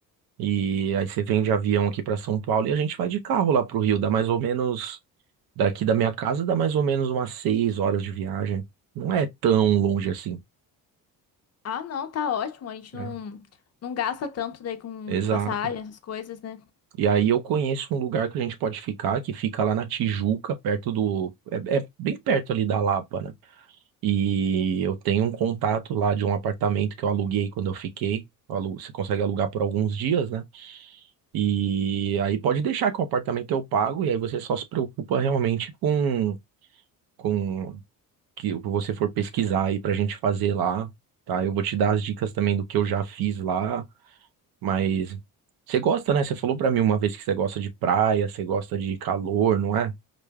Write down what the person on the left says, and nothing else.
Ah, não, tá ótimo. A gente
não, não gasta tanto daí com,
com passagem, essas coisas, né?